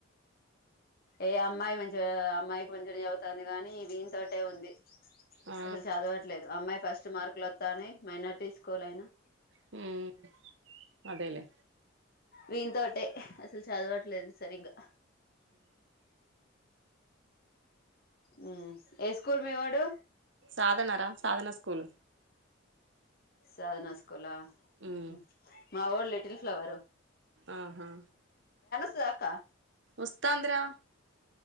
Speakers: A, on the left; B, on the right.
A: ఏ అమ్మాయి మంచిగా అమ్మాయికి మంచిగనే చదువుతాంది కానీ వీని తోటే ఉంది.
B: ఆ
A: అసలు చదువట్లేదు. అమ్మాయి ఫస్ట్ మార్కులు వత్తన్నయి మైనార్టీ స్కూల్ అయినా
B: హ్ అదేలే
A: వీంన్ తోటే అసలు చదవట్లేదు సరిగ్గా. హ్ ఏ స్కూల్ మీవొడు.
B: సాధనరా సాధన స్కూల్.
A: సాధన స్కూలా హుహ్
B: మ్మ్
A: మావోళ్లేట్ లిటిల్ ఫ్లవరు.
B: ఆహా
A: స్తదా అక్కా.
B: వస్తాందిరా.